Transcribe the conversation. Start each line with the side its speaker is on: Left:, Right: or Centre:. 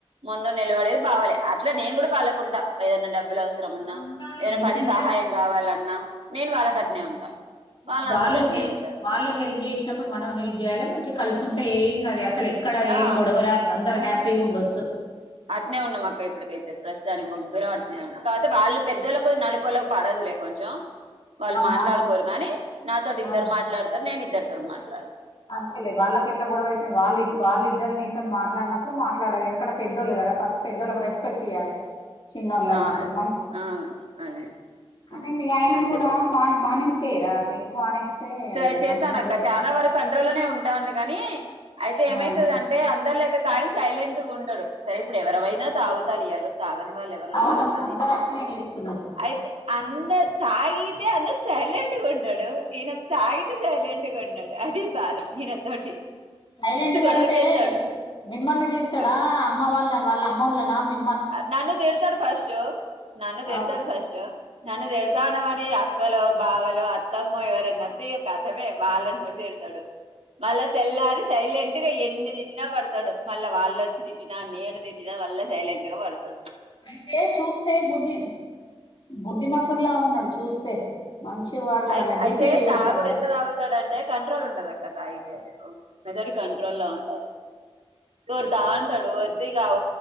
Right: ముందు నిలవడేది బావలె అట్ల నేను కూడా వాళ్ళకుంటా ఏదయినా డబ్బులు అవస సరం ఉన్నా
Left: ఆ! ఉండాలే.
Right: ఏదనా
Left: ఎందుకంటే
Right: పని సహాయం కావాలన్నా నేను వాళ్ళకట్నే
Left: హ్మ్.
Right: ఉంటా
Left: ఇప్పుడు
Right: వాళ్ళు నాతోటి అట్నే
Left: హె
Right: ఉంటరు
Left: వాళ్ళు హెల్ప్ చేసి అప్పుడు మనం హెల్ప్ చేయాలి మంచిగా కలిసి ఉంటే ఏం కాదు అసలు ఎక్కడ
Right: ఆ
Left: ఏం గొడవ రాదు అందరు హ్యాపీగా ఉండొ చ్చు
Right: అట్నే ఉన్నాం అక్క ఇప్పటికైతే ప్రస్ తానికి ముగ్గురుం అట్నే ఉన్నాం కాకపోతే వాళ్ళ పెద్దోళ్ళకు నడిపోళ్ళకు పడదులే కొంచెం వాళ్ళు
Left: అవునా
Right: మాట్లాడుకోరుగాని నాతోటి
Left: ఆ
Right: ఇద్దరు మాట్లాడతారు నేను ఇద్దరితో మాట్లాడతా
Left: అంతేలే వాళ్ళకె ఎట్లా గొడవైతెంది వాళ్ళు వాళ్ళ ఇద్దరు నీతో మాట్లాడినప్పుడు మాట్లాడాలి ఎందుకంట పెద్దోళ్ళు కదా ఫస్ట్ పెద్దోళ్ళలకు రెస్పెక్ట్ ఇయ్యాలే చిన్నోళ్ళన్నప్పుడు
Right: ఆ,
Left: మంచి
Right: ఆ, అదే
Left: కాని
Right: ఉమ్,
Left: మీ ఆయనను
Right: మంచిది
Left: కూడా మాన్ మానించేయి రా డ్రింక్ మానేస్తే
Right: ట్రై చేస్తానక్క
Left: మంచిగా ఉండొచ్చు
Right: చాలా
Left: కదా
Right: వరకు కంట్రోల్లోనే ఉంటాండు గాని అయితే ఏమయితది
Left: ఆ
Right: అం అంటే అందరులేక తాగి సైలెంట్ గా ఉండడు సరే ఇప్పుడు ఎవరవైనా తాగుతాండ్లు ఇయ్యాల్ రేపు తాగని వాళ్ళు ఎవరు
Left: అవును
Right: ఉన్నారు కానీ
Left: అందరు అట్లనే చేస్తున్నారు
Right: అయితే అంద తాగితే అందరు సైలెంట్ కుంటాడు ఈయన తాగితే సైలెంట్గా ఉండడు అది బాధ ఈయనతోటి
Left: సైలెంట్
Right: మస్తు
Left: గా
Right: గొడవ
Left: అంటే
Right: చేస్తాడు
Left: మిమ్మల్ని తీరుతాడా
Right: బా
Left: అమ్మ వాళ్ళ వాళ్ళ అమ్మ వాళ్ళనా మీ
Right: నన్ను దిడతాడు ఫస్ట్ నన్ను తిడతాడు
Left: అవునా
Right: ఫస్ట్ నన్ను తిడతానావని అక్కలు బావలో అత్తమ్మో ఎవరన్న వత్తే కతమే వాళ్ళని కూడా తిడతాడు మళ్ళా తెల్లారి సైలెంట్ గా ఎన్ని తిట్టిన పడతాడు మళ్ళా వాళ్ళు వచ్చి తి నేను తిట్టిన మల్ల సైలెంట్గా పడతడు
Left: అంటే చూస్తే బుద్ధి బుద్ధిమతుంలాగున్నాడు చూస్తే మంచి వాడిలాగా
Right: అయి అయితే
Left: డిపి
Right: తాగుడు
Left: పెడతావు కదా
Right: ఎట్లా తాగుతాడంటే కంట్రోల్ ఉండదక్క తాగితే ఆయనకు మెదడు కంట్రోల్ లో ఉండదు ఓరుతా ఉంటాడు ఒ ఇగ